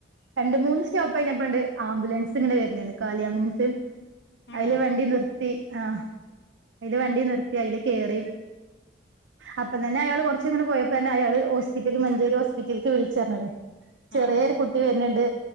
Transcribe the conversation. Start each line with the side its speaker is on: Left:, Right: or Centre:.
Right: രണ്ട് മൂന്ന് സ്റ്റോപ്പ് കഴിഞ്ഞപ്പണ്ട് ആംബുലൻസ് ഇങ്ങനെ വരുന്നുണ്ട് കാലി ആംബുലൻസ്
Left: ആണോ
Right: അയില് വണ്ടി നിർ ആ ഒരു വണ്ടി നിർത്തി അതിൽ കേറി അപ്പതന്നെ പിന്നെ അയാൾ കുറച്ച അങ്ങട്ട് പോയപ്പോതന്നെ അയാൾ ഹോസ്പിറ്റലിൽ മഞ്ചേരി ഹോസ്പിറ്റൽ ക്ക് വിളിച്ച് പറഞ്ഞകണ് ചെറിയൊ
Left: ആഹ് ആഹ്
Right: കുട്ടി വണ്ടി വര്ന്ണ്ട്